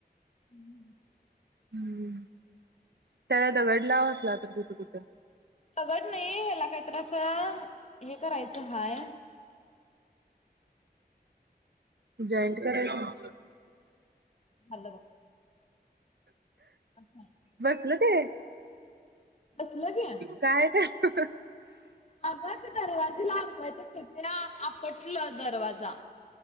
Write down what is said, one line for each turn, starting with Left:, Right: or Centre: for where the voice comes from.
Left: हम्म.
Right: हम्म त्याला दगड लाव असला तर तीथ कुठं.
Left: दगड नाही ह्याला काहीतरी अस हे करायचं हाय.
Right: जॉईंट करायचं.
Left: हॅलो! <unintelligible>
Right: बसलं ते.
Left: बसलं की
Right: काय ग.
Left: अग ते दरवाजे लावा <unintelligible> तर ते आपटला दरवाजा.